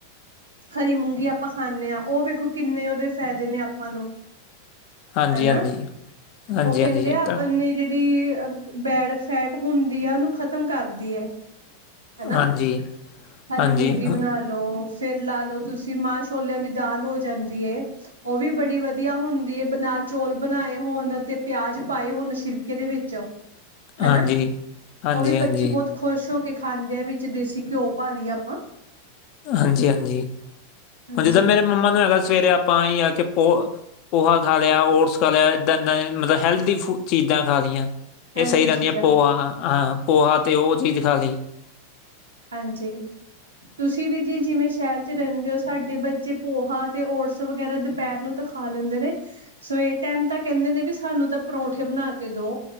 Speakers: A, on the right; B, on the left.
A: ਹਰੀ ਮੂੰਗੀ ਆਪਾਂ ਖਾਨੇ ਆਂ ਉਹ ਵੇਖੋ ਕਿੰਨੇ ਉਹਦੇ ਫ਼ਾਇਦੇ ਨੇ ਆਪਾਂ ਨੂੰ।
B: ਹਾਂਜੀ
A: ਹਨਾ
B: ਹਾਂਜੀ ਹਾਂਜੀ
A: ਉਹ ਕਹਿੰਦੇ
B: ਹਾਂਜੀ ਇਹ
A: ਆ ਆਪਣੀ
B: ਤਾਂ
A: ਜਿਹੜੀ ਬੈਡ ਫੈਟ ਹੁੰਦੀ ਹੈ ਉਹਨੂੰ ਖ਼ਤਮ ਕਰਦੀ ਆ ਹਨਾ
B: ਹਾਂਜੀ
A: ਹਰੀ
B: ਹਾਂਜੀ
A: ਮੂੰਗੀ ਬਣਾ
B: ਹਾਂ-
A: ਲੋ ਫਿਰ ਲਾ ਲੋ ਤੁਸੀਂ ਮਾਂ ਛੋਲਿਆਂ ਦੀ ਦਾਲ ਹੋ ਜਾਂਦੀ ਏ। ਉਹ ਵੀ ਬੜੀ ਵਧੀਆ ਹੁੰਦੀ ਏ ਬਨਾ ਨਾਲ ਚੌਲ ਬਣਾਏ ਹੋਣ ਤੇ ਪਿਆਜ ਪਾਏ ਹੋਣ ਸ਼ਿਰਕੇ ਦੇ ਵਿੱਚ। ਹਨਾ
B: ਹਾਂਜੀ ਹਾਂਜੀ ਹਾਂਜੀ
A: ਉਹ ਵੀ ਬੱਚੀ ਬਹੁਤ। ਖੁਸ਼ ਹੋ ਕੇ ਖਾਂਦੇ ਆਂ ਵਿੱਚ ਦੇਸੀ ਘਿਓ ਪਾ ਲਈਏ ਆਪਾਂ।
B: ਹਾਂਜੀ ਹਾਂਜੀ
A: ਹਾਂਜੀ
B: ਹੁਣ ਜਿੱਦਾਂ ਮੇਰੇ ਮੰਮਾ ਨੂੰ ਹੈਗਾ ਸਵੇਰੇ ਆਪਾਂ ਆ ਆ ਕੇ ਪੋ ਪੋਹਾ ਖਾ ਲਿਆ ਓਟਸ ਖਾ ਲਿਆ ਇੱਦਾਂ ਈ ਮਤਲਬ ਹੈਲਦੀ ਫ ਚੀਜ਼ਾਂ ਖਾ ਲਈਆਂ।
A: ਹੈਲਦੀ
B: ਇਹ ਸਹੀ ਰਹਿੰਦੀਆਂ
A: ਚੀਜ਼ਾਂ
B: ਪੋਹਾ ਹਾਂ ਪੋਹਾ ਤੇ ਉਹ ਚੀਜ਼ ਖਾ ਲਈ।
A: ਹਾਂਜੀ ਤੁਸੀਂ ਵੀ ਜੀ ਜਿਵੇਂ ਸ਼ਹਿਰ ਚ ਰਹਿੰਦੇ ਹੋ। ਸਾਡੇ ਬੱਚੇ ਪੋਹਾ ਤੇ ਓਟਸ ਵਗੈਰਾ ਦੁਪਹਿਰ ਨੂੰ ਤਾਂ ਖਾ ਲੈਂਦੇ ਨੇ। ਸਵੇਰੇ ਟਾਈਮ ਤਾਂ ਕਹਿੰਦੇ ਨੇ ਵੀ ਸਾਨੂੰ ਤਾਂ ਪਰੌੋਂਂਠੇ ਬਣਾ ਕੇ ਦੋ।